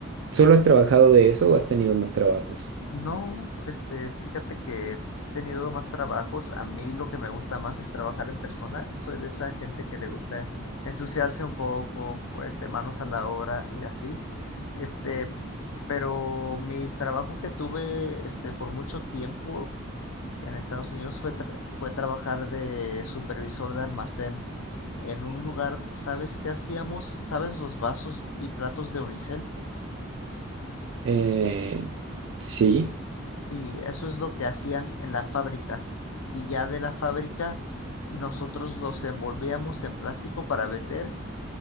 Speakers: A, on the right (about 60°); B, on the left (about 85°).
A: ¿solo has trabajado de eso o has tenido más trabajos?
B: No, este, fíjate que he tenido más trabajos. A mí lo que me gusta más es trabajar en persona. Soy de esa gente que le gusta ensuciarse un poco, pues, este, manos a la obra y así. Este, pero mi trabajo que tuve, este, por mucho tiempo en Estados Unidos fue, tra- fue trabajar de supervisor de almacén en un lugar, ¿sabes qué hacíamos? ¿Sabes los vasos y platos de unicel?
A: Eh, sí,
B: Sí, eso es lo que hacían en la fábrica, y ya de la fábrica nosotros los envolvíamos en plástico para vender